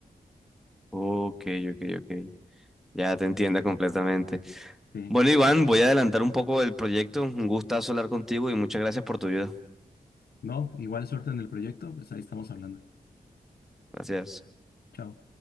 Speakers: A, in the centre; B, on the left.
A: ok, ok, ok. Ya te entienda completamente.
B: Sí.
A: Bueno, Iván, voy a adelantar un poco el proyecto. Un gustazo hablar contigo y muchas gracias por tu ayuda.
B: No, igual suerte en el proyecto, pues ahí estamos hablando.
A: Gracias.
B: Chao.